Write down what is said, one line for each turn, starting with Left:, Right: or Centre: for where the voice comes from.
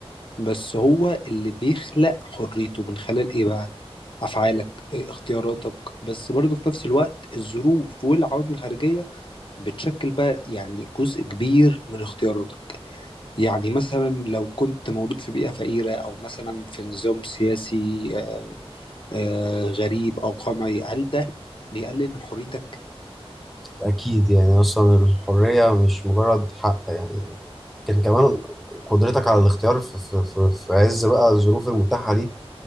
Left: بس هو اللي بيخلق حريته من خلال إيه بقى أفعالك إيه اختياراتك بس برضه في نفس الوقت الظروف والعوامل الخارجية بتشكل بقى يعني جزء كبير من اختياراتك يعني مثلا لو كنت مولود في بيئة فقيرة أو مثلا في نظام سياسي آه، آه، غريب أو قمعي هل ده بيقلل من حريتك
Centre: اكيد يعني اصلا الحريه مش مجرد حق يعني كان كمان قدرتك على الاختيار في, في, في, في عز بقى الظروف المتاحة ليك